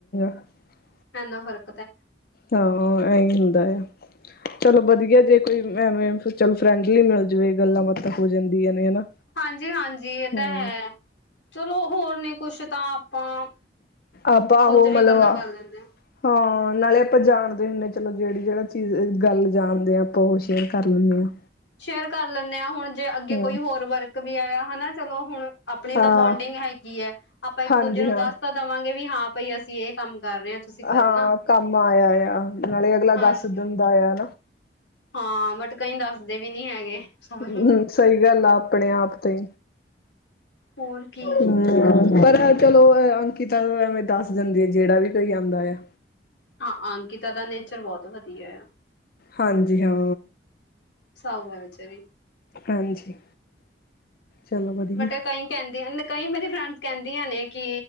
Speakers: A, on the left; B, on the left.
A: <inaudible>
B: ਇਨਾ ਫਰਕ।
A: ਹੋਰ ਇਹੀ ਹੁੰਦਾ ਆ। ਚਲੋ ਵਧੀਆ ਜੇ ਕੋਈ ਐਵੇਂ ਚਲ ਫਰੈਂਡਲੀ ਮਿਲ ਜਾਵੇ ਗੱਲਾਂ ਬਾਤਾਂ ਹੋ ਜਾਂਦੀਆਂ ਨੇ ਹਨਾ।
B: ਹਾਂਜੀ ਹਾਂਜੀ ਇਹ ਤਾਂ
A: ਹਮ
B: ਹੈ ਚਲੋ। ਹੋਰ ਨੇ ਕੁੱਛ ਤਾਂ, ਆਪਾਂ
A: ਆਪਾਂ ਆਹੋ
B: ਉਝ ਵੀ
A: ਮਤਲਬ
B: ਗੱਲਾਂ
A: ਆ
B: ਕਰ ਲੈਂਦੇ ਹਾਂ
A: ਹਾਂ। ਨਾਲੇ ਆਪਾਂ ਜਾਣਦੇ ਹੁੰਦੇ ਹਾਂ ਚਲੋ ਜਿਹੜੀ ਜਿਹੜਾ ਚੀਜ਼ ਗੱਲ ਜਾਣਦੇ ਹਾਂ ਆਪਾਂ ਉਹ ਸ਼ੇਅਰ ਕਰ ਲੈਂਦੇ ਹਾਂ।
B: <unintelligible> ਸ਼ੇਅਰ ਕਰ ਲੈਂਦੇ ਹਾਂ ਹੁਣ ਜੇ ਅੱਗੇ
A: ਹਮ।
B: ਕੋਈ ਹੋਰ ਵਰਕ ਵੀ ਆਇਆ ਹਨਾ। ਚਲੋ ਹੁਣ। ਆਪਣੀ
A: ਹਾਂ
B: ਤਾਂ ਬੋਂਡਿੰਗ ਹੈਗੀ ਹੈ ਆਪਾਂ ਇੱਕ
A: ਹਾਂਜੀ
B: ਦੂਜੇ ਨੂੰ
A: ਹਾਂ।
B: ਦੱਸ ਤਾਂ ਦੇਵਾਂਗੇ ਵੀ ਹਾਂ। ਭਾਈ ਅਸੀਂ ਇਹ ਕੰਮ। ਕਰ ਰਹੇ ਹਾਂ ਤੁਸੀਂ ਕਰਨਾ
A: ਹਾਂ ਕੰਮ ਆਇਆ ਆ ਨਾਲੇ ਅਗਲਾ
B: ਹਾਂਜੀ
A: ਦੱਸ ਦਿਨ ਦਾ ਆਾ।
B: ਹਾਂ ਬਟ ਕਈ ਦੱਸਦੇ ਵੀ ਨੀ ਹੈਗੇ ਸਭ
A: ਹਮ
B: ਨੂੰ।
A: ਸਹੀ ਗੱਲ ਆ ਆਪਣੇ ਆਪ ਤੇ
B: ਹੋਰ ਕੀ।
A: ਹਮ ਪਰ ਚਲੋ ਅੰਕਿਤਾ ਦਾ ਐਵੇਂ ਦੱਸ। ਆ ਜਾਣਗੇ ਜਿਹੜਾ ਵੀ ਕੋਈ ਆਦਾ ਹੈ।
B: ਹਾਂ ਅੰਕਿਤਾ ਦਾ ਨੇਚਰ ਬਹੁਤ ਵਧੀਆ ਆ।
A: ਹਾਂਜੀ ਹਾਂ।
B: ਸਾਊ ਹੈ ਵਿਚਾਰੀ।
A: ਹਾਂਜੀ। ਚਲੋ ਵਧੀਆ।
B: ਬਟੇ ਕਈ ਕਹਿੰਦੀਆਂ ਕਈ ਮੇਰੀ ਫਰੈਂਡਸ ਕਹਿੰਦੀਆਂ ਨੇ ਕਿ